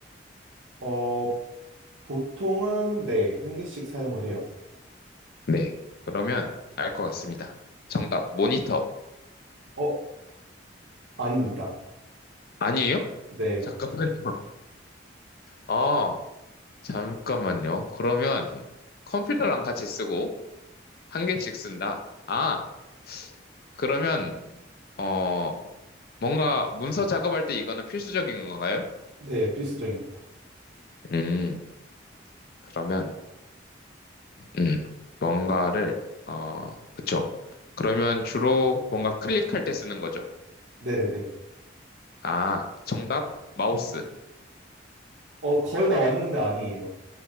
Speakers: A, on the right; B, on the left.
A: 어, 보통은, 네. 한 개씩 사용을 해요.
B: 네, 그러면 알 것 같습니다. 정답, 모니터.
A: 어, 아닙니다.
B: 아니에요?
A: 네,
B: 잠깐만요. 아, 잠깐만요. 그러면 컴퓨터랑 같이 쓰고 한 개씩 쓴다. 아, 그러면 어 뭔가 문서 작업할 때 이거는 필수적인 건가요?
A: 네, 필수적입니다.
B: 음, 그러면 음 뭔가를 어 그쵸. 그러면 주로 뭔가 클릭할 때 쓰는 거죠.
A: 네네네.
B: 아, 정답 마우스
A: 어, 거의 다 왔는데 아니에요.